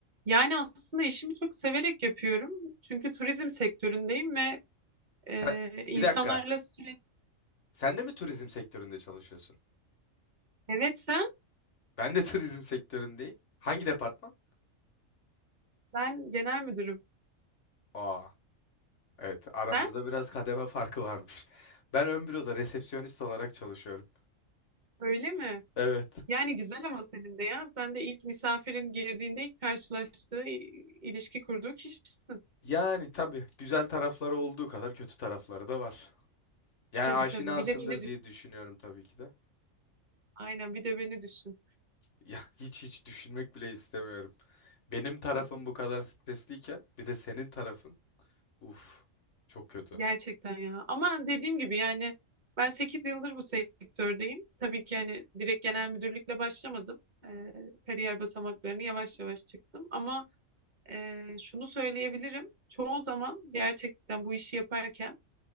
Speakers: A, on the right (about 35°); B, on the left (about 65°).
A: Yani aslında işimi çok severek yapıyorum. Çünkü turizm sektöründeyim ve e,
B: Sen,
A: insanlarla
B: bir dakika.
A: sürekli...
B: Sen de mi turizm sektöründe çalışıyorsun?
A: Evet sen,
B: Ben de <laughs> turizm sektöründeyim. Hangi departman?
A: ben genel müdürüm.
B: Aa, evet aramızda
A: Sen
B: biraz kademe farkı varmış. Ben ön büroda resepsiyonist olarak çalışıyorum.
A: öyle mi?
B: Evet.
A: Yani güzel ama senin de ya. Sen de ilk misafirin girdiğinde ilk karşılaştığı, i- ilişki kurduğu kişisin.
B: Yani tabii güzel tarafları olduğu kadar kötü tarafları da var. Yani
A: Tabii
B: aşinasındır
A: tabii. Bir de beni düşün.
B: diye düşünüyorum tabii ki de.
A: Aynen bir de beni düşün.
B: Ya hiç hiç düşünmek bile istemiyorum. Benim tarafım
A: <laughs>
B: bu kadar stresliyken bir de senin tarafın. Uf, çok kötü.
A: Gerçekten ya. Ama dediğim gibi yani ben 8 yıldır bu sektördeyim. Tabii ki yani direkt genel müdürlükle başlamadım. Ee, kariyer basamaklarını yavaş yavaş çıktım. Ama Ee, şunu söyleyebilirim. Çoğu zaman gerçekten bu işi yaparken